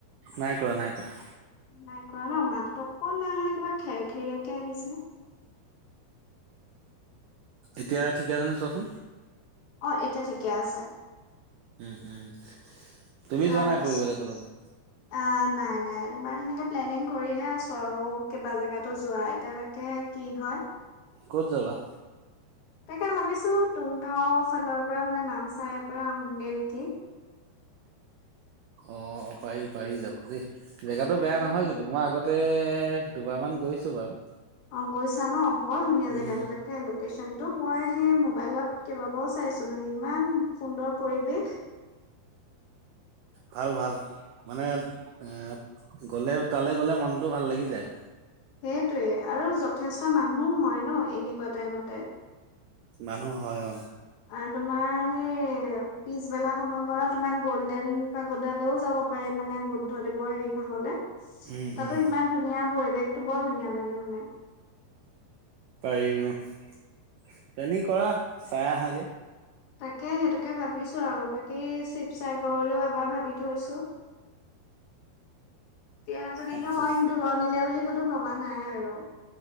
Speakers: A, on the right; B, on the left.
A: নাই কৰা নাই কৰা
B: নাই কৰা ন মাতটো অকনমান মানে কিবা খেৰ খেৰিয়াকে আহিছে
A: এতিয়া ঠিকে আছেনে চোৱাচোন
B: অ এতিয়া ঠিকে আছে
A: উম উম তুমি
B: তাৰপাছ
A: যোৱা নাই ফুৰিবলৈ কলৈকো
B: অ', নাই নাই তোমাৰ তেনেকে প্লেনিং কৰিহে আছো আৰু কেইবা জেগাতো যোৱা এতিয়ালৈকে কি হয়
A: ক'ত যাবা
B: তাকে ভাবিছো তুং তাও ফালৰ পৰা মানে নামচাইৰ পৰা আহোগে নেকি
A: অ পাৰি পাৰি যাব দেই জেগাটো
B: তাকে
A: বেয়া নহয় কিন্তু মই আগত তে দুবাৰ মান গৈছো বাৰু
B: অ গৈছা ন বৰ ধুনীয়া
A: উম,
B: জেগাটো তাকে লোক লোকেশ্যন টো মই সে মবাইলত কেইবাবাৰো চাইছো মানে ইমান সুন্দৰ পৰিৱেশ
A: ভাল ভাল মানেপ এ গ'লে তালৈ গ'লে মনটো ভাল লাগি যায়
B: সেইটোয়ে আৰু যথেষ্ট মানুহও হয় ন এনেকুৱা টাইমতে
A: মানুহ হয় অ
B: আৰু তোমাৰ সেই পিছবেলা সময় কৰা তোমাৰ গল্ডেন পাগোডালৈও যাব পাৰে মানে বুদ্ধ দেৱৰ এই ভাগলে তাতো
A: উম উম
B: ইমান ধুনীয়া পৰি বেশটো বৰ ধুনীয়া লাগে মানে
A: পাৰি অ', প্লেনিং কৰা চাই আহাগে
B: তাকে সেইটোকে ভাবিছো আৰু বাকী শিৱসাগৰলৈও এবাৰ ভাবি থৈছো। এতিয়া তেনেকে
A: আচ্ছা
B: অইন দূৰণিলে বুলি ভবা নাই আৰু